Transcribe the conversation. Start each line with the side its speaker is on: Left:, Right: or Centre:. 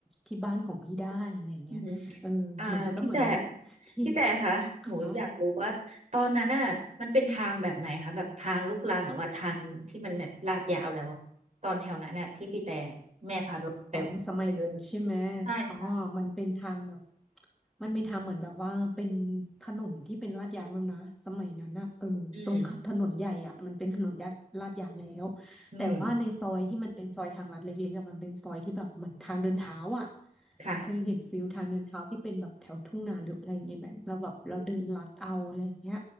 Centre: ที่บ้านของพี่ได้อะไรอย่างเงี้ยเออเหมือนก็เหมือนแบบ
Right: อืมอ่าพี่แต่
Centre: พี่
Right: พี่แต่คะหนูอยากรู้ว่าตอนนั้นน่ะมันเป็นทางแบบไหนคะแบบทางลูกรังหรือว่าทางที่มันแบบลาดยาวแล้วอะตอนแถวนั้นน่ะที่พี่แต่
Centre: คะ
Right: แม่พาไปไป
Centre: อ๋อ สมัยนั้นใช่ไหม
Right: ไปดูใช่ใช่
Centre: อ๋อมันเป็นทางแบบมันเป็นทางเหมือนแบบว่าเป็นถนนที่เป็นลาดยางแล้วนะสมัยนั้นนะเออตรงถนนใหญ่อ่ะมันเป็นถนนลาดลาดยางแล้ว
Right: อืมอืม
Centre: แต่ว่าในซอยที่มันเป็นซอยทางลัดเล็กๆอะมันเป็นซอยที่แบบเหมือนทางเดินเท้าอ่ะ
Right: ค่ะ
Centre: เคยเห็นฟิลทางเดินเท้าที่เป็นแบบแถวทุ่งนาหรืออะไรอย่างเงี้ยแบบเราแบบเราเดินลัดเอาอะไรอย่างเงี้ย